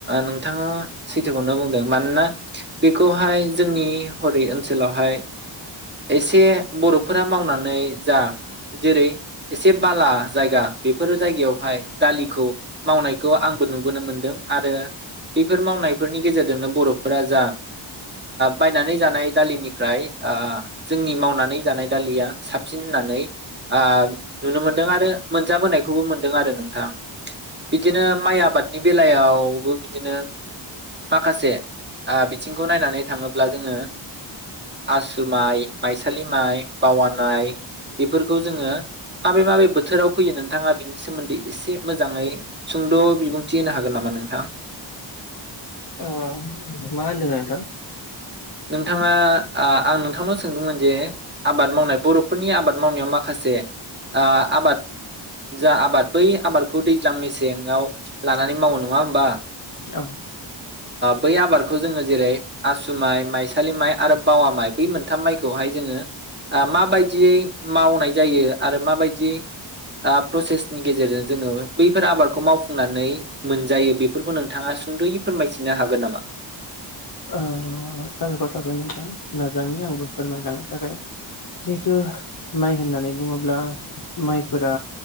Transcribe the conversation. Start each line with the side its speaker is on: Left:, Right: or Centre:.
Right: नोंथाङा सैथोखौनो बुंदों। मानोना बेखौहाय जोंनि हरै ओनसोलावहाय एसे बर'फोरा मावनानै जा जेरै एसे बाला जायगा बेफोरो जायगायाव हाय दालि खौ मावनायखौ आंबो नुबोनो मोनदों आरो बेफोर मावनाय फोरनि गेजेरजोंनो बर'फोरा जा बायनानै जानाय दालिनिफ्राय ओ जोंनि माव नानै जानाय दालिया साबसिन होननानै ओ नुनो मोनदों आरो मोनजाबोनायखौबो मोनदों आरो नोंथां बिदिनो माइ आबाद नि बेलायावबो बिदिनो माखासे बिथिंखौ नायनानै थाङोब्ला जोंङो आसु माइ माइसालि माइ बावानाय बेफोरखौ जोंङो माबे-माबे बोथोराव फैयो नोंथाङा बिनि सोमोन्दै एसे मोजाङै सुंद' बि बुंथि होनो हागोन नामा नोंथां।
Left: ओ मा होनदों नोंथां
Right: नोंथाङा ओ आं नोंथांनाव सोंदोंमोन जे आबाद मावनाय बर'फोरनि आबाद मावनायाव माखासे ओ आबाद जा आबाद बै आबादखौ दैज्लां मेसेङाव लानानै मावो नङा होमबा
Left: औ
Right: बै आबादखौ जोंङो जेरै आसु माइ माइसालि माइ आरो बावा माइ बै मोनथाम माइखौहाय जोंङो माबायदियै मावनाय जायो आरो माबायदियै प्रसेसनि गेजेरजों जोंङो बैफोर आबादखौ मावफुंनानै मोनजायो बेफोरखौ नोंथाङा सुंद'यै फोरमायथिनो हागोन नामा।
Left: ओ साबायखर थाबाय नोंथां नाजानि आंबो फोरमायलांनो थाखाय जिहेथु माइ होननानै बुङोब्ला माइफोरा